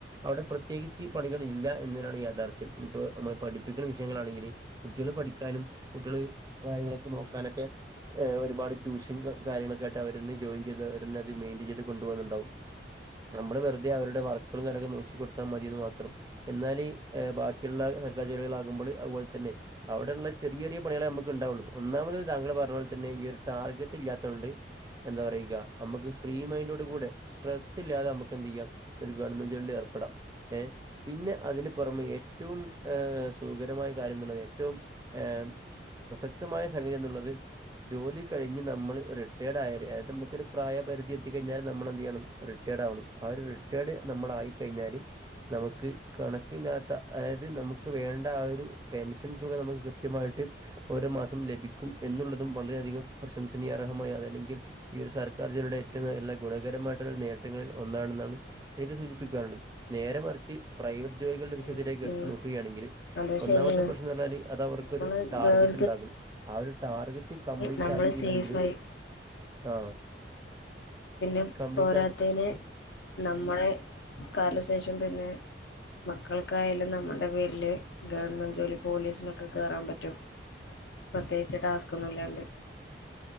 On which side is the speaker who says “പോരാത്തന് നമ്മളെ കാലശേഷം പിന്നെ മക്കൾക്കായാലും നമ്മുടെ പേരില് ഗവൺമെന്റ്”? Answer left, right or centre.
Left